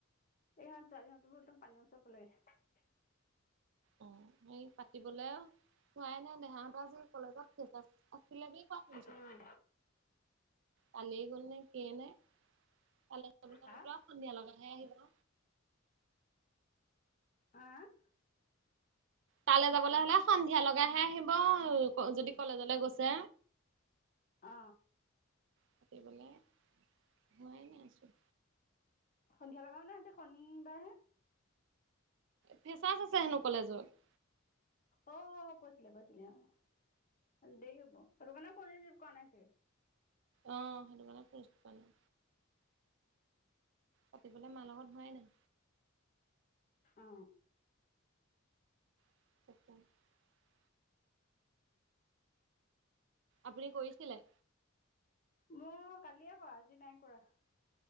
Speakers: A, on the left (about 40°); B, on the right (about 60°).
A: এই ছোৱালী হত পানি ওচৰত পালেগে
B: অ সেই পাতিবলে হোৱাই নাই দেহাহঁতৰ কলেজত আজি ফ্ৰেছাৰ্ছ আছিলে যে শুনিছিল
A: উম
B: কালিয়ে গ'ল নে কিয়ে নে কালে পুৰা
A: হা
B: সন্ধিয়া লগাইহে আহিব
A: আহ
B: তালৈ যাবলৈ হলে সন্ধিয়া লগাইহে আহিব, যদি কলেজলৈ গৈছে?
A: অ
B: পাতিবলৈ হোৱাই নাই আছোঁ।
A: সন্ধিয়া লগাও নে আজি শনিবাৰহে।
B: ফ্ৰেচাছ আছে হেনো কলেজত।
A: অ কৈছিলে কৈছিলে অ দেৰি হব আৰু সেইটো কাৰণে ফোন ৰিচিভ কৰা নাছিল
B: আহ সেইটো কাৰণে পইচা নাই পাতিবলে মাৰ লগত হোৱাই নাই
A: অ
B: <inaudible> আপুনি কৰিছিলে?
A: মোক কালিয়ে কোৱা আজি নাই কৰা